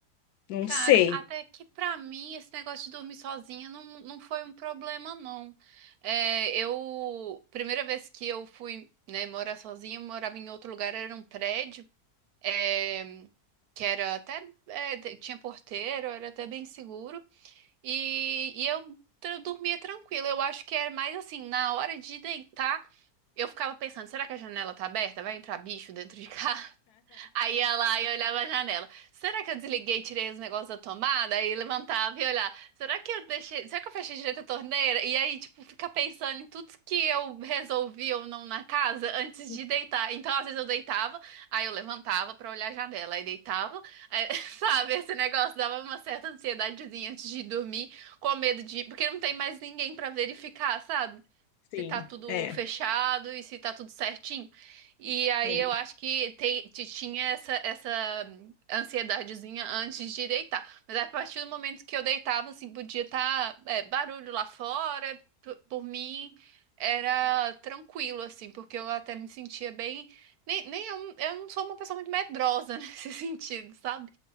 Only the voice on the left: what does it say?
Não
sei.
<laughs>
Sim,
é,
é.